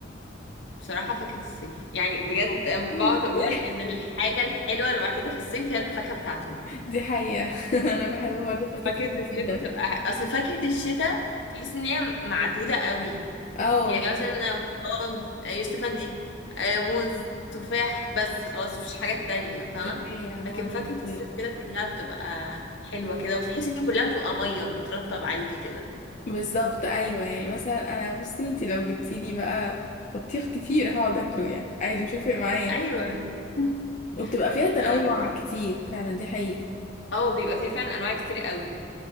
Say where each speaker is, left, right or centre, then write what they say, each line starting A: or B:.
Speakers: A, on the left; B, on the left.
A: بصراحه فاكهه الصيف يعني بجد
B: <laughs>
A: أنا بقعد اقول ان الحاجه الحلوه الوحيده في الصيف هي الفاكهه بتاعته
B: دي حقيقة <laughs> انا بحب برضه فاكهة
A: فاكهه
B: الصيف
A: الصيف
B: جدا
A: بتبقى اصل فاكهه الشتاء تحس ان هي معدوده قوي
B: اه
A: يعني مثلا برتقال آه، يوسف افندي آه، موز تفاح بس خلاص مفيش حاجات تانية فاهمة
B: دي حقيقة
A: لكن
B: هو
A: فاكهة الصيف
B: غير.
A: كده كلها بتبقى حلوة كده وتحسي ان كلها بتبقى مية بترطب عليكي كده
B: بالظبط ايوه يعني مثلا انا بصي انتي لو جبتي لي بقى بطيخ كتير هقعد اكله يعني عادي مش هيفرق معايا
A: ايوه <laughs>
B: وبتبقى فيها تنوع
A: طيب
B: كتير فعلا دي حقيقة
A: اه بيبقى فيها فعلا انواع كتير قوي